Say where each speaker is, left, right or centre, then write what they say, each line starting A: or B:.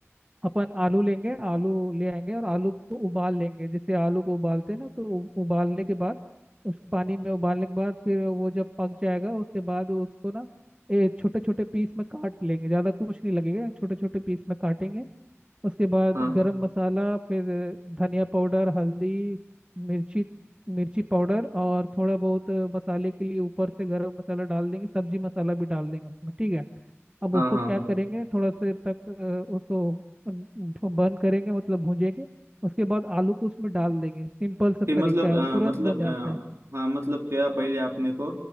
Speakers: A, on the right; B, on the right.
A: अपन आलू लेंगे आलू ले आएंगे और आलू को उबाल लेंगे जैसे आलू को उबालते हैं ना तो उ- उबालने के बाद उस पानी में उबालने के बाद फिर वो जब पक जाएगा उसके बाद उसको ना ए छोटे छोटे पीस में काट लेंगे ज़्यादा कुछ नहीं लगेगा छोटे छोटे पीस में काटेंगे उसके बाद
B: हाँ
A: गरम मसाला फिर धनिया पाउडर हल्दी मिर्ची मिर्ची पाउडर और थोड़ा बहुत मसाले के लिए ऊपर से गरम मसाला डाल देंगे सब्जी मसाला भी डाल देंगे उसमें ठीक है अब
B: हाँ
A: उसको
B: हाँ
A: क्या
B: हाँ
A: करेंगे थोड़ा देर तक अ, उसको बर्न करेंगे मतलब भूनेंगे उसके बाद आलू को उसमें डाल देंगे सिंपल सा
B: फिर
A: तरीका
B: मतलब
A: है
B: आ,
A: वो तुरंत
B: मतलब
A: बन जाता
B: आ,
A: है
B: हाँ मतलब क्या पहले आपने को